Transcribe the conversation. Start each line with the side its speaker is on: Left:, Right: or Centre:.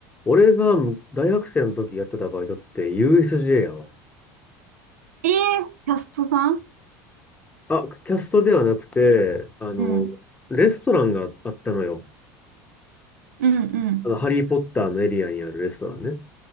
Left: 俺が大学生の時やってたバイトって USJ やわ。
Right: ええキャストさん
Left: あ、キャストではなくて、あの、
Right: うん、
Left: レストランがあったのよ。
Right: うん、うん。
Left: あの、ハリー・ポッターのエリアにあるレストランね。